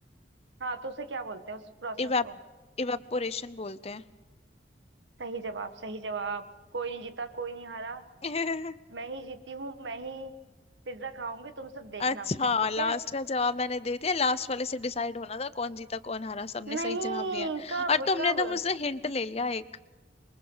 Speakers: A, on the right; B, on the left.
A: हाँ तो उसे क्या बोलते हैं उस प्रोसेस
B: इवेप
A: को
B: इवेपोरेशन बोलते हैं
A: सही जवाब सही जवाब कोई नहीं जीता कोई नहीं हारा
B: <laughs>
A: मैं ही जीती हूँ मैं ही पिज्जा खाऊंगी तुम सब देखना
B: अच्छा
A: मुझे ठीक
B: लास्ट
A: है
B: का जवाब मैंने दे दिया लास्ट वाले से डिसाइड होना था कौन जीता कौन हारा सबने
A: नहीं
B: सही जवाब दिया है।
A: कब
B: और तुमने
A: कब
B: तो मुझसे हिंट ले लिया एक